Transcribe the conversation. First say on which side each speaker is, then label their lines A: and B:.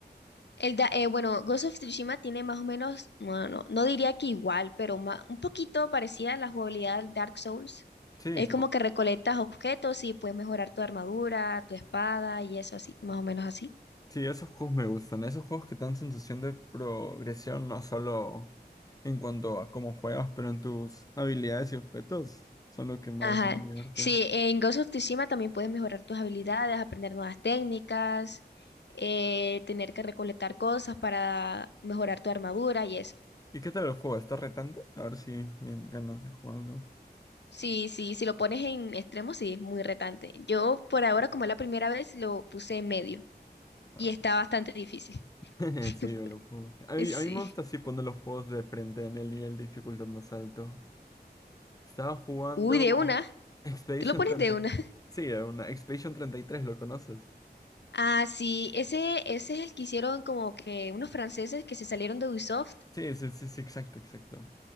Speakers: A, on the left; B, on the left.
A: El da- eh, bueno, Ghost of Tsushima tiene más o menos, bueno, no diría que igual, pero ma- un poquito parecida a la jugabilidad del Dark Souls.
B: Sí,
A: Es
B: que-
A: como que recolectas objetos y puedes mejorar tu armadura, tu espada y eso así, más o menos así.
B: sí, esos juegos me gustan. Esos juegos que te dan sensación de progresión, no solo en cuanto a cómo juegas, pero en tus habilidades y objetos, son lo que más
A: Ajá.
B: me divierte.
A: Sí, en Ghost of Tsushima también puedes mejorar tus habilidades, aprender nuevas técnicas, eh, tener que recolectar cosas para mejorar tu armadura y eso.
B: ¿Y qué tal el juego? ¿Está retante? A ver si me dan ganas de jugarlo.
A: Sí, sí, si lo pones en extremo, sí, es muy retante. Yo por ahora, como es la primera vez, lo puse en medio
B: Ah,
A: y está bastante difícil.
B: <laughs>
A: <laughs>
B: Sí, me lo pongo. A mí,
A: Sí.
B: a mí me gusta así poner los juegos de frente en el nivel de dificultad más alto. Estaba jugando
A: Uy, de una.
B: Expedition
A: Tú lo pones
B: treinta.
A: de una.
B: y-
A: <laughs>
B: Sí, era una Expedition treinta y tres. ¿lo conoces?
A: Ah, sí, ese, ese es el que hicieron como que unos franceses que se salieron de Ubisoft.
B: Sí, sí, sí, sí, exacto, exacto.